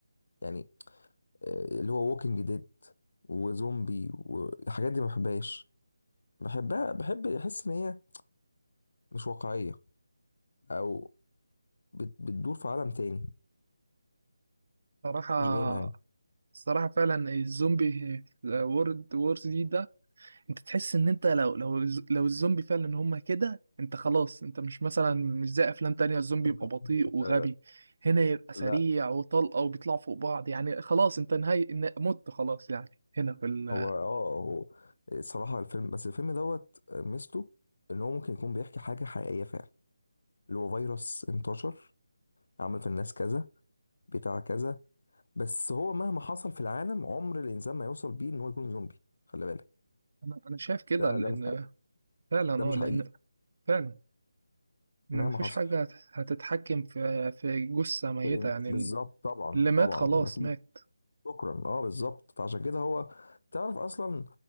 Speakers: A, on the left; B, on the right.
A: يعني آه، اللي هو ووكينج ديد وزومبي والحاجات دي ما بحبهاش بحبها بحب احس ان هي مش واقعية او بت- بتدور في عالم تاني
B: صراحة
A: مش جاي معايا
B: الصراحة فعلا الزومبي آه، وورد وورز دي ده انت تحس ان انت لو لو لو الزومبي فعلا هما كده انت خلاص انت مش مثلا مش زي افلام تانية الزومبي
A: <laughs>
B: يبقى بطيء وغبي
A: لا
B: هنا يبقى سريع
A: لا
B: وطلقة وبيطلعوا فوق بعض يعني خلاص انت نهاية ان- مت خلاص يعني هنا في ال...
A: هو اه هو صراحة الفيلم بس الفيلم دوت ميزته ان هو ممكن يكون بيحكي حاجة حقيقية فعلا اللي هو فيروس انتشر عمل في الناس كذا بتاع كذا بس هو مهما حصل في العالم عمر الانسان ما يوصل بيه ان هو يكون زومبي خلي بالك
B: انا انا شايف كده
A: ده
B: لان
A: ده مش حقيقي
B: فعلا
A: ده مش
B: اه لان
A: حقيقي
B: فعلا ان
A: مهما
B: مفيش
A: حصل
B: حاجة هت- هتتحكم في في جثة ميتة
A: في الإن-
B: يعني
A: بالظبط طبعا
B: اللي مات
A: طبعا
B: خلاص
A: ما في
B: مات
A: شكرا اه بالظبط فعشان كده هو تعرف اصلا